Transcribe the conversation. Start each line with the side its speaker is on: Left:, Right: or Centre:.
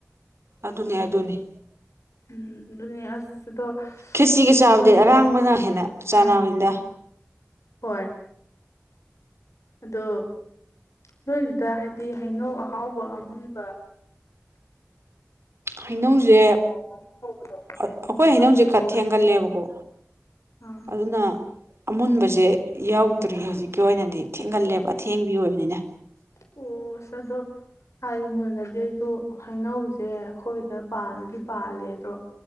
Right: ꯑꯗꯨꯅꯤ ꯑꯗꯨꯅꯤ
Left: ꯎꯝ ꯗꯨꯅꯤ ꯑꯁ ꯑꯗꯣ
Right: ꯈ꯭ꯔꯦꯆꯤꯒ ꯆꯥꯕꯗꯤ
Left: ꯅꯣꯏ
Right: ꯑꯔꯥꯡꯕꯅ ꯍꯦꯟꯅ ꯆꯥꯅꯕꯅꯤꯅ
Left: ꯑꯥ ꯍꯣꯏ ꯑꯗꯣ ꯅꯣꯏꯗꯨꯗ ꯍꯥꯏꯕꯗꯤ ꯍꯩꯅꯧ ꯑꯍꯥꯎꯕ ꯑꯃꯍꯨꯟꯕ
Right: ꯍꯩꯅꯧꯁꯦ
Left: ꯉꯥꯎꯕ ꯑꯃ ꯍꯧꯕꯗꯣ
Right: ꯑꯩꯈꯣꯏ ꯍꯩꯅꯧꯁꯦ
Left: ꯑꯗꯨꯗꯣ
Right: ꯈ ꯊꯦꯡꯒꯜꯂꯦꯕꯀꯣ
Left: ꯍꯥꯏꯗꯤ ꯑꯥ
Right: ꯑꯗꯨꯅ ꯑꯃꯨꯟꯕꯁꯦ ꯌꯥꯎꯗ꯭ꯔꯤ ꯍꯧꯖꯤꯛꯀꯤ ꯑꯣꯏꯅꯗꯤ ꯊꯦꯡꯒꯜꯂꯦꯕ ꯑꯊꯦꯡꯕꯤ ꯑꯣꯏꯕꯅꯤꯅ
Left: ꯑꯣ ꯑꯁ ꯑꯗꯣ ꯍꯥꯏꯗꯤ ꯃꯨꯂꯗꯤ ꯑꯩꯗꯣ ꯍꯩꯅꯧꯁꯦ ꯑꯩꯈꯣꯏꯗ ꯄꯥꯟꯕꯨꯗꯤ ꯄꯥꯜꯂꯦ ꯑꯗꯣ